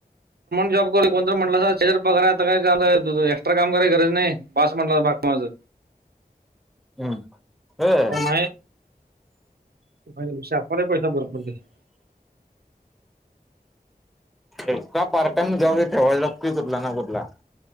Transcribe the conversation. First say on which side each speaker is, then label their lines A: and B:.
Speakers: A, on the right; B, in the centre.
A: जॉब कर कोणत म्हटला त्याच्यार <unintelligible> पगार आता काय का एक्स्ट्रा काम कराय गरज नाही बस म्हटला माझं
B: हम्म होय
A: कोण नाही. भाई शापाने पैसा भरपूर केलाय.
B: एक्ट्रा पार्का जॉब ठेवायचं लागतोय कुठला ना कुठला.